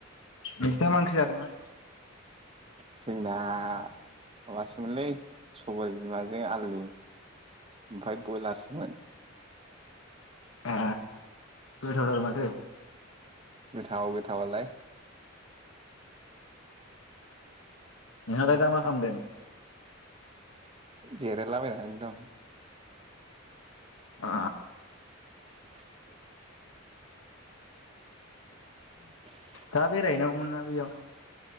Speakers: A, on the left; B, on the right.
A: नोंसिना मा ओंख्रि जादोंमोन?
B: जोंना माबासोमोनलै सबाय बिमाजों आलु ओमफ्राय बयलारसोमोन।
A: ए गोथावथार माथो।
B: गोथाव गोथावालाय।
A: नोंहा लाय दा मा खालामदों?
B: जिरायला बायनानै दं।
A: आ
B: <inaudible> बि <inaudible>
A: दा बेराय हैनांगौ मोनना बैयाव।